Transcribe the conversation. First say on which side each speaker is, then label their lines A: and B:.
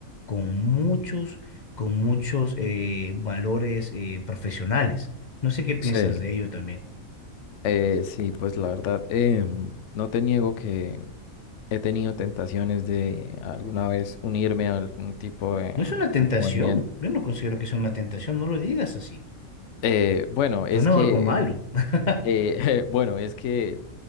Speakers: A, on the left (about 40°); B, on the left (about 65°).
A: con muchos, con muchos eh, valores eh, profesionales. No sé qué piensas
B: Sí.
A: de ello también.
B: Eh, sí, pues la verdad, em, no te niego que He tenido tentaciones de alguna vez unirme a algún tipo de,
A: No es una tentación.
B: de movimiento.
A: Yo no considero que sea una tentación. No lo digas así.
B: Eh, bueno, es
A: Suena
B: que,
A: algo malo. <laughs>
B: eh, <laughs> bueno, es que